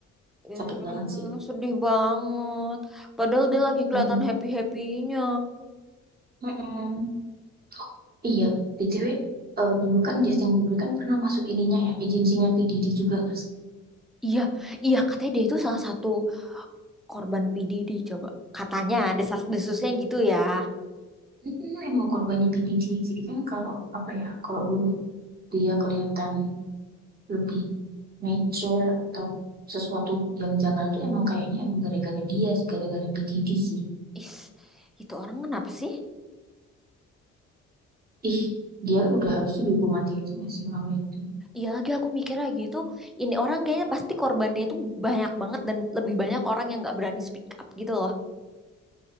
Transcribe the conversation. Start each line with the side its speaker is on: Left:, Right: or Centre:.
Centre: Hmm,
Right: sakit banget sih.
Centre: sedih banget. Padahal dia lagi kelihatan
Right: Mm-mm.
Centre: happy-happynya.
Right: Mm-mm. Oh, iya, BTW, eh, dulu kan Justin Bieber kan pernah masuk ininya ya, agensinya P. Diddy juga, guys.
Centre: Iya, iya katanya dia itu salah satu korban PDD coba. Katanya desas-desusnya gitu ya.
Right: Mm, emang korbannya P. Diddy. Jadi kan kalau, apa ya, kalau dulu dia kelihatan lebih mature atau sesuatu yang janggal itu emang kayaknya emang gara-gara dia, sih, gara-gara P. Diddy sih.
Centre: Is, itu orang kenapa sih?
Right: Ih, dia udah harusnya dihukum mati aja gak sih orang kayak itu?
Centre: Iya lagi aku mikir lagi itu ini orang kayaknya pasti korbannya itu banyak banget dan lebih banyak orang yang nggak berani speak up gitu loh.